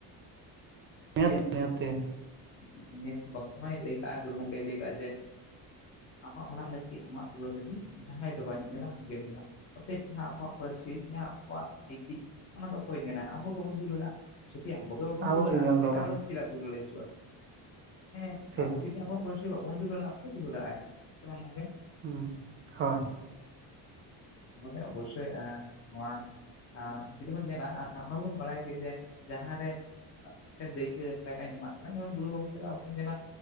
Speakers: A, on the right; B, on the left.
A: ᱱᱤᱦᱟᱹᱛ
B: <unintelligible>
A: ᱱᱤᱦᱟᱹᱛᱤ
B: <unintelligible> ᱵᱚᱝᱥᱚ ᱢᱟᱭ ᱞᱟᱹᱭ ᱠᱟᱜ-ᱟ ᱜᱩᱨᱩ ᱜᱚᱢᱠᱮᱭ ᱞᱟᱹᱭᱠᱟᱜ-ᱟ ᱡᱮ ᱟᱢᱟᱜ ᱚᱲᱟᱜ ᱞᱟᱹᱜᱤᱫ ᱟᱢᱟᱜ ᱫᱩᱣᱟᱹᱨ ᱞᱟᱹᱜᱤᱫ ᱡᱟᱦᱟᱸᱭ ᱫᱚ ᱵᱟᱭ ᱧᱮᱞᱟ ᱟᱢ ᱜᱮᱢ ᱧᱮᱞᱟ ᱚᱛᱚᱮᱯ ᱡᱟᱦᱟᱸ ᱟᱵᱚᱣᱟᱜ ᱯᱟᱹᱨᱥᱤ ᱡᱟᱦᱟᱸ ᱟᱵᱚᱣᱟᱜ ᱞᱤᱯᱤ ᱚᱱᱟ ᱫᱚ ᱚᱠᱚᱭ ᱧᱮᱞᱟ ᱟᱵᱚ ᱜᱮᱵᱚᱱ ᱫᱩᱞᱟᱹᱲᱟ ᱡᱩᱫᱤ ᱟᱵᱚ ᱜᱮ ᱵᱟᱵᱚᱱ
A: ᱟᱵᱚᱜᱮ
B: ᱫᱩᱞᱟᱹᱲᱟᱜ-ᱟ
A: ᱧᱮᱞ ᱫᱚᱨᱠᱟᱨ
B: ᱮᱴᱟᱜ ᱦᱚᱲ ᱫᱚ ᱪᱮᱫᱟᱜ ᱫᱩᱞᱟᱹᱲᱮ ᱦᱤᱡᱩᱜᱼᱟ, ᱦᱮᱸ
A: ᱴᱷᱤᱠ
B: ᱟᱵᱚ ᱡᱩᱫᱤ ᱟᱵᱚᱣᱟᱜ ᱯᱟᱹᱨᱥᱤ ᱵᱟᱵᱚᱱ ᱫᱩᱞᱟᱹᱲᱟᱜᱼᱟ, ᱚᱠᱚᱭ ᱫᱩᱞᱟᱹᱲᱜ-ᱟᱭ ᱥᱮ ᱵᱟᱝ ᱜᱚᱝᱠᱮ?
A: ᱦᱩᱸ ᱦᱚᱭ
B: ᱵᱚᱞᱮ ᱚᱵᱚᱥᱥᱳᱭ ᱟᱸ ᱱᱚᱣᱟ, ᱟᱨ ᱡᱩᱫᱤ ᱵᱚᱱ ᱧᱮᱞᱟ ᱚᱱᱟ ᱫᱚᱵᱚᱱ ᱵᱟᱲᱟᱭ ᱜᱮ ᱡᱮ ᱡᱟᱦᱟᱸ ᱨᱮ, ᱢᱤᱫᱴᱮᱱ ᱫᱟᱹᱭᱠᱟᱹ ᱞᱮᱠᱟᱧ ᱮᱢᱟᱜ ᱠᱟᱱᱟ ᱡᱮᱢᱚᱱ ᱜᱩᱨᱩ ᱜᱚᱢᱠᱮ ᱫᱚ ᱟᱵᱚ ᱧᱮᱞᱟ